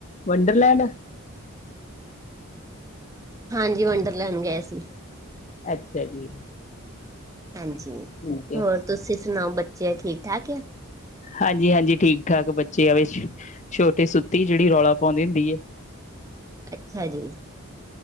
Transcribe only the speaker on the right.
ਹਾਂਜੀ ਵੰਡਰਲੈਂਡ ਗਏ ਸੀ।
ਹਾਂਜੀ
ਹੋਰ ਤੁਸੀਂ ਸੁਣਾਓ ਬੱਚੇ ਠੀਕ ਠਾਕ ਆ।
ਅੱਛਾ ਜੀ,